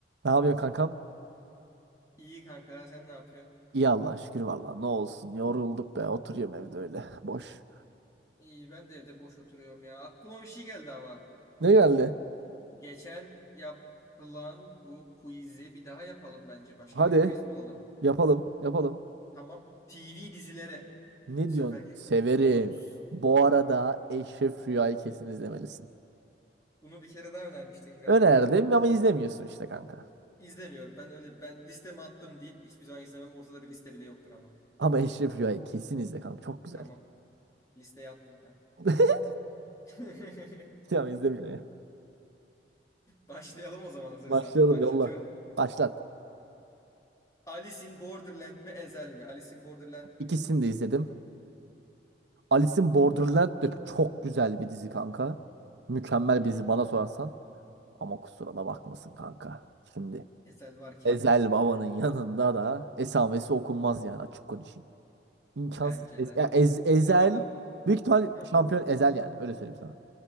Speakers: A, on the right; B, on the left.
A: Ne yapıyorsun kankam?
B: İyi kanka sen ne yapıyorsun?
A: İyi Allah'a şükür valla. Ne olsun yorulduk be. Oturuyorum evde öyle <laughs> boş.
B: İyi ben de evde boş oturuyorum ya. Aklıma bir şey geldi ama.
A: Ne geldi?
B: Geçen yapılan bu quiz'i bir daha yapalım bence. Başka
A: Hadi
B: bir quiz bulalım.
A: yapalım yapalım.
B: Tamam. TV dizileri
A: Ne
B: bu seferki
A: diyorsun? Severim.
B: konumuz.
A: Bu arada Eşref Rüya'yı kesin izlemelisin.
B: Bunu bir kere daha önermiştin galiba.
A: Önerdim ama izlemiyorsun işte kanka.
B: İzlemiyorum. Ben öyle ben listeme attım deyip hiçbir zaman izlemem. Ortada bir liste bile yoktur ama.
A: Ama Eşref Rüya'yı kesin izle kanka. Çok güzel.
B: Tamam. Listeye attım ben.
A: <laughs>
B: <laughs>
A: Tamam izle bile.
B: Başlayalım o zaman hazırsan.
A: Başlayalım
B: Başlatıyorum.
A: yolla. Başlat.
B: Alice in Borderland mi Ezel mi? Alice in Borderland
A: İkisini
B: eh,
A: de izledim. Alice'in Borderland de çok güzel bir dizi kanka. Mükemmel
B: hmm,
A: bir dizi bana sorarsan. Ama kusura da bakmasın kanka. Şimdi
B: Ezel varken
A: Evet. Ezel Baba'nın yanında da esamesi okunmaz yani açık konuşayım. İmkansız.
B: bence
A: Ez-
B: de.
A: ya Ez- Ezel
B: Bir de bana
A: büyük ihtimal
B: ha,
A: şampiyon Ezel yani öyle söyleyeyim sana.